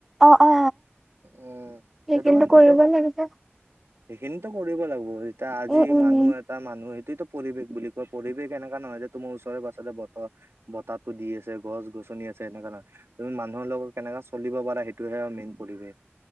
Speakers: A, in the centre; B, on the right.
A: অ অ
B: উম
A: সেইখিনিতো
B: সেইটো কাৰ
A: কৰিব
B: চ।
A: লাগিব
B: সেইখিনিতো কৰিব লাগিব যেতিয়া আজি
A: উম উম
B: মানুহ এটা মানুহ। প্ৰতিটো পৰিবেশ বুলি কয় পৰিবেশ এনেকা নহয় যে তোমাৰ ওচৰে পাৰে বতৰ বতাহো দি আছে গছ-গছ। আচনি আছে এনেকা তুমি মানুহৰ লগত কেনেককাে চলিব পাৰা সেইটোহে মেইন পৰিৱেশ।